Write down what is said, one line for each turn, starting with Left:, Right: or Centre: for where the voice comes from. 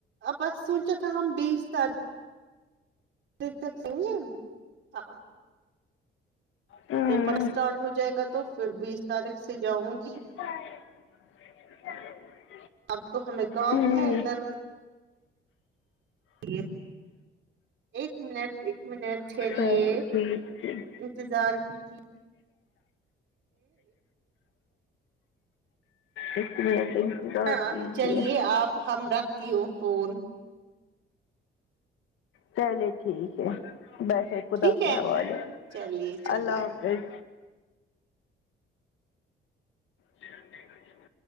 Right: اب بس سوچا تھا ہم بیس تاری پتک سگ <unintelligible>
Left: ہمم
Right: تو فرسٹ اسٹارٹ ہو جائے گا تو پھر بیس تاریخ سے جاؤں گی
Left: <inaudible>
Right: اب تو ہمیں کام
Left: ہمم
Right: ہے ادھر یہ ایک منٹ ایک منٹ ٹھہریے
Left: چلو ٹھیک ٹھیک
Right: انتظار کیجیے
Left: ایک منٹ انتظار
Right: ہاں
Left: کیجیے
Right: چلیے آپ اب ہم رکھتی ہوں فون
Left: چلے ٹھیک ہے بیٹھے خدا
Right: ٹھیک
Left: کے
Right: ہے
Left: حوالے
Right: چلیے چلیے
Left: اللہ حافظ جی ہٹیک <inaudible>